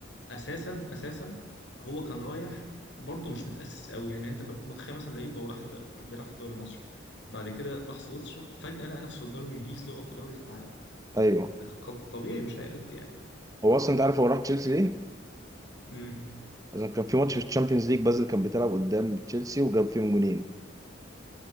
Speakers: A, on the left (about 70°); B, on the right (about 20°).
A: أساسا أساسا هو كان رايح برضه مش متأسس قوي يعني أنت ف- متخيل مثلا لعيب هو راح الد... كان بيلعب في الدوري المصري بعد كده راح سويسرا فجأة لقى نفسه في الدوري الإنجليزي اللي هو أقوى دوري في العالم
B: ايوه
A: قد- طبيعي مش هيأدي يعني
B: هو اصلا انت عارف هو راح تشيلسي ليه؟
A: امم
B: عشان كان في ماتش في الشامبيونز ليج بازل كان بتلعب قدام تشيلسي وجاب فيهم جونين